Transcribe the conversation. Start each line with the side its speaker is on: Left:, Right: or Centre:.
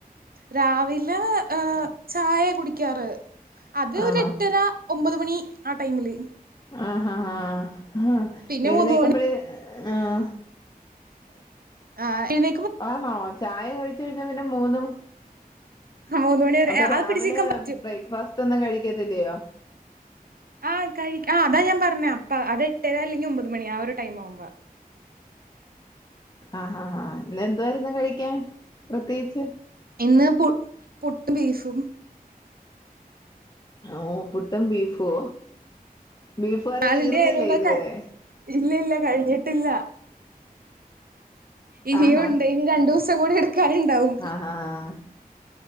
Right: രാവിലെ ചായ കുടിക്കാറ് അത്
Left: ആണോ
Right: ഒരു എട്ടര ഒമ്പത് മണി ആ ടൈമില്
Left: ആ ഹ്ആഹ് ആഹ് ആഹ്
Right: പിന്നെ
Left: എഴുന്നേക്കുമ്പഴ്‌
Right: മൂന്ന് മണി
Left: ആഹ്
Right: ആഹ് ഇനി
Left: ആണോ ചായ കഴിച്ച കഴിഞ്ഞാ പിന്നെ മൂന്നും
Right: ആഹ് മൂന്ന് മണി വരെ
Left: അപ്പൊ രാവിലെ
Right: അത് പിടിച്ചിക്കാൻ പറ്റും
Left: ബ്രേക്ക്ഫാസ്റ്റ് ഒന്നും കഴിക്കത്തില്ലയോ
Right: ആഹ് കഴി ആ അതാ ഞാൻ പറഞ്ഞെ അപ്പ അത് എട്ടരാ അല്ലെങ്കി ഒമ്പത് മണി ആ ഒരു ടൈം ആവുമ്പ
Left: ആഹഹഹ ഇന്ന് എന്താ യിരുന്നു കഴിക്കാൻ പ്രത്യേകിച്ച്
Right: ഇന്ന് പു പുട്ട് ബീഫും
Left: ഓ പുട്ടുംബീഫോ ബീഫ് കറി
Right: ആയതുകൊണ്ട്
Left: തീർന്നില്ലേ ഇതുവരെ
Right: ഇല്ല ഇല്ല ഇനീം
Left: ആഹാ
Right: ഉണ്ട് ഇനി രണ്ടു ദിവസം കൂടി എടുക്കാന് ഉ ണ്ടാവും
Left: ആഹ്‌